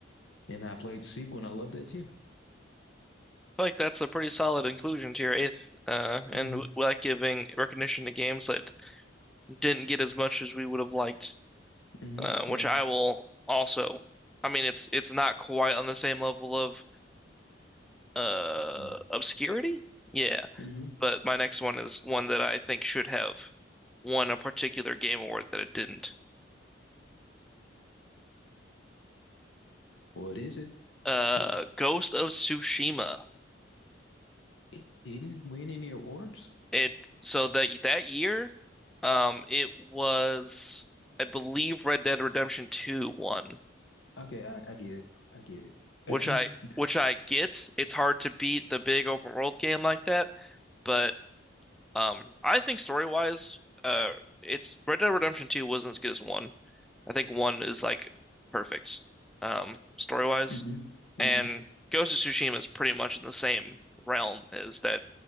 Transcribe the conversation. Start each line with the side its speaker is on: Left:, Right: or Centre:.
Left: and I played the sequel, and I love that too.
Centre: I feel like that's a pretty solid inclusion to your eighth, uh, and
Left: hmm
Centre: we we like giving recognition to games that didn't get as much as we would have liked,
Left: hmm
Centre: uh,
Left: Yeah.
Centre: which I will also. I mean, it's it's not quite on the same level of uh,
Left: Mm-hmm.
Centre: obscurity, yeah,
Left: hmm
Centre: but my next one is one that I think should have won a particular game award that it didn't.
Left: What is it?
Centre: Uh,
Left: W-
Centre: Ghost of Tsushima.
Left: It didn't win any awards.
Centre: It so that that year, um, it was I believe Red Dead Redemption 2 won,
Left: Okay, I, I get it. I get it.
Centre: which
Left: Uh, you.
Centre: I
Left: you
Centre: which I get. It's hard to beat the big open world game like that, but um, I think story wise, uh, it's Red Dead Redemption 2 wasn't as good as one. I think one is like perfect, um, story wise,
Left: hmm hmm
Centre: and Ghost of Tsushima is pretty much in the same realm as that